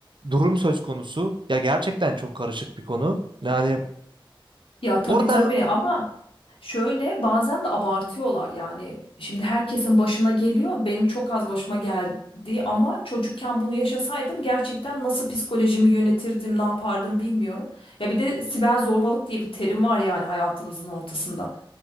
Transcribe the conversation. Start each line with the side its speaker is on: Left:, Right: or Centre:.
Right: durum söz konusu. Ya gerçekten çok karışık bir konu. Yani
Left: Ya tabii
Right: Orada
Left: tabii ama Şöyle bazen de abartıyorlar yani şimdi herkesin başına geliyor benim çok az başıma geldi ama çocukken bunu yaşasaydım gerçekten nasıl psikolojimi yönetirdim ne yapardım bilmiyorum. Ya bir de siber zorbalık diye bir terim var yani hayatımızın ortasında.